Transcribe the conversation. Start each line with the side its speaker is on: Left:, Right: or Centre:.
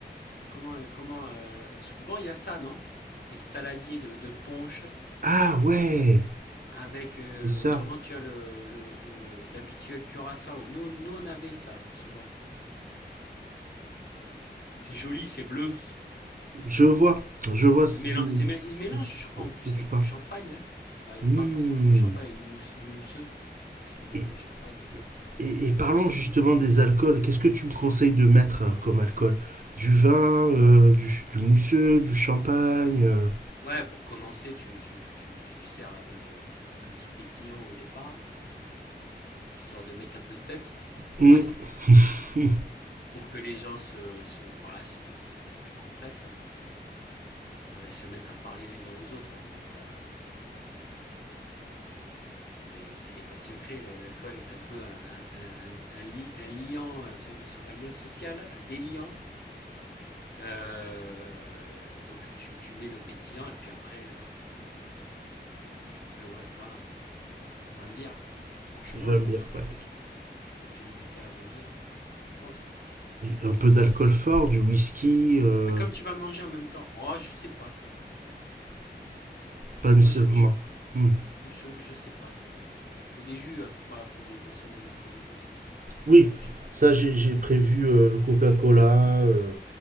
Left: Comment, comment euh, souvent il y a ça, non? Des saladiers de, de punch.
Right: Ah ouais,
Left: Avec, euh,
Right: c'est ça.
Left: autrement, tu as le, le- le- l'habituel curaçao. Nous, nous, on avait ça, souvent. C'est joli, c'est bleu.
Right: Je vois, je vois ce
Left: Et Il
Right: de-
Left: mélange, je crois,
Right: dont
Left: en plus
Right: tu
Left: avec
Right: parles.
Left: du champagne. hein. Pas,
Right: Hmm.
Left: pas forcément avec du champagne, avec du, mousse- du mousseux. Parce que bon,
Right: Et,
Left: le champagne, euh,
Right: et- et parlons
Left: ça, ça
Right: justement
Left: coûte.
Right: des alcools. Qu'est-ce que tu me conseilles de mettre euh, comme alcool? Du vin, euh, du, du mousseux, du champagne. euh,
Left: Ouais, pour commencer, tu, tu, tu, tu sers avec du, un petit pétillant au départ, histoire de mettre un peu de peps pour,
Right: hmm,
Left: <laughs>
Right: <laughs> hmm,
Left: pour que les gens se, se, voilà, se, se- se décompressent euh, et se mettent à parler les uns aux autres. Bon, voilà. hein. Euh, c'est, il n'y a pas de secret, l'alcool est un peu un, un, un, un- un li- un liant, euh, so- so- un lien social, un déliant. Euh, euh, donc tu, tu mets le pétillant et puis après, euh, puis après ouais, vingt vingt bières. Franchement,
Right: J'aime
Left: je pense que tu
Right: ouais.
Left: peux te, tu peux te limiter à 20 bières, ouais, je pense. hein.
Right: Un peu
Left: Si,
Right: d'alcool
Left: si-
Right: fort, du whisky, euh,
Left: Mais comme tu vas manger en même temps, oh, je sais pas ça.
Right: pas nécessairement.
Left: Moi, je, je,
Right: Hmm.
Left: je, je sais pas ça, ouais. Ouais, Il faut des jus, il faut pas, faut des boissons non alcoolisées aussi.
Right: Oui,
Left: Tu-
Right: ça j'ai j'ai prévu euh, le Coca-Cola, euh,